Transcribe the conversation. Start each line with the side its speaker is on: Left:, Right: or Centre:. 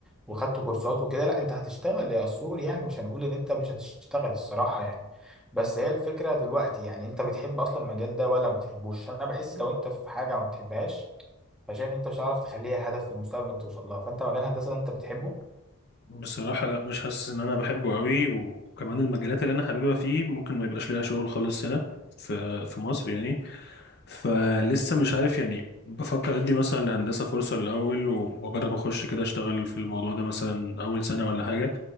Centre: وخدت كورسات وكده لا أنت هتشتغل يا أسطور يعني مش هنقول إن أنت مش هتشتغل الصراحة يعني بس هي الفكرة دلوقتي يعني أنت بتحب أصلا المجال ده ولا ما بتحبوش أنا بحس لو أنت في حاجة ما بتحبهاش فشايف ان انت مش هتعرف تخليها هدف في المستقبل انك توصل لها فانت مجال الهندسه ده انت بتحبه
Left: بصراحة لا مش حاسس إن أنا بحبه أوي وكمان المجالات اللي أنا حاببها فيه ممكن ما يبقاش ليها شغل خالص هنا في في مصر يعني فلسه مش عارف يعني بفكر أدي مثلا لهندسة فرصة الأول و- وأجرب أخش كده أشتغل في الموضوع ده مثلا أول سنة ولا حاجة